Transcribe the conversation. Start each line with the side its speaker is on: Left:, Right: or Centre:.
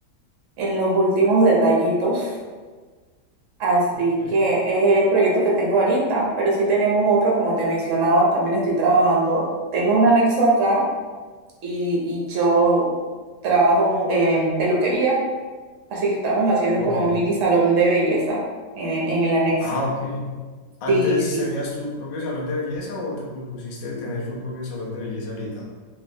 Right: en los últimos detallitos. Así
Left: ¿Ok?
Right: que es el proyecto que tengo ahorita, pero sí tenemos otro, como te mencionaba, también estoy trabajando. Tengo un anexo acá y, y yo trabajo mu- en peluquería, así que estamos haciendo
Left: Ok.
Right: como un mini salón de belleza en, en- en el anexo.
Left: Ah, ok. ¿Antes
Right: Sí, sí.
Left: tenías tu propio salón de belleza o te propusiste tener tu propio salón de belleza ahorita?